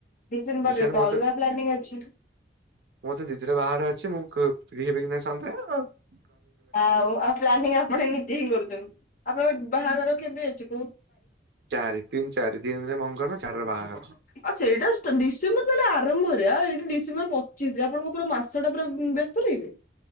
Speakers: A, on the left; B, on the right.
A: ଡିସେମ୍ବରରେ
B: ନିଶୟରେ
A: ତ
B: ମତେ
A: ଅଲଗା ପ୍ଲାନିଂ ଅଛି।
B: ମଁତେ ଦିଦିର ବାହାରେ ଅଛି ମୁଁ କ। <unintelligible>
A: ଆଉ ଆଉ ପ୍ଲାନିଂ ଆପଣ ନିଜେ ହିଁ କରୁଛନ୍ତି ଆପଣଙ୍କ ବାହାଘର କେବେ ଅଛି କହୁ
B: ଚାରି ତିନି ଚାରି ଦିନରେ ମଙ୍ଗନ ଚାରିରେ ବାହାଘର।
A: ଆ ସେଇଟା ଡିସେମ୍ବର ତାହେଲେ ଆରମ୍ଭରେ ଆଉ ଏଇଠି ଡିସମ୍ବର ପଚିଶ ରେ ଆପଣଙ୍କୁ ପୁରା ମାସେ ପାଶଟା ପୁରା ବ୍ୟସ୍ତ ରହିବେ?